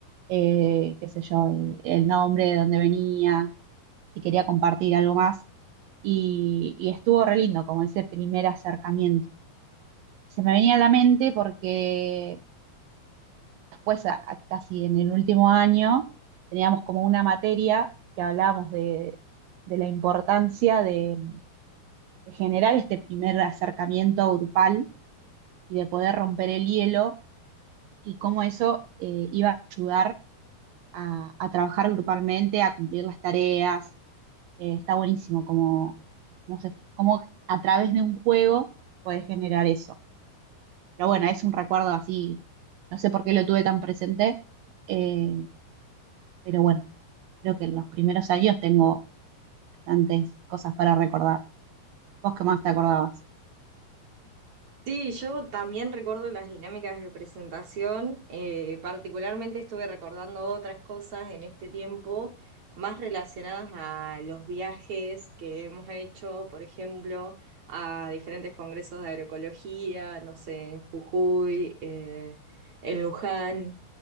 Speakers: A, on the right (about 75°); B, on the right (about 60°).
A: eh, qué sé yo, eh, el nombre, de dónde venía, si quería compartir algo más y, y estuvo re lindo como ese primer acercamiento. Se me venía a la mente porque después, a- a- casi en el último año, teníamos como una materia que hablábamos de, de la importancia de, de generar este primer acercamiento grupal y de poder romper el hielo y cómo eso eh, iba a ayudar a, a trabajar grupalmente, a cumplir las tareas. Eh, está buenísimo como, como se- como a través de un juego puedes generar eso. Pero bueno, es un recuerdo así, no sé por qué lo tuve tan presente, eh, pero bueno, creo que en los primeros años tengo bastantes cosas para recordar. ¿Vos qué más te acordabas?
B: Sí, yo también recuerdo las dinámicas de presentación, eh, particularmente estuve recordando otras cosas en este tiempo, más relacionadas a los viajes que hemos hecho, por ejemplo, a diferentes congresos de agroecología, no sé, en Jujuy, eh, en Luján.